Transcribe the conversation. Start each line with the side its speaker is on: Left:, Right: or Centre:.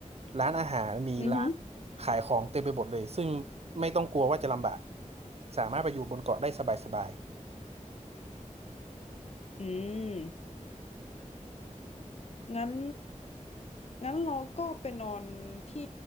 Right: ร้านอาหารมีร้านขายของเต็มไปหมดเลยซึ่ง
Left: อือฮึ
Right: ไม่ต้องกลัวว่าจะลำบากสามารถไปอยู่บนเกาะได้สบาย
Left: อืม งั้นงั้นเราก็ไปนอนที่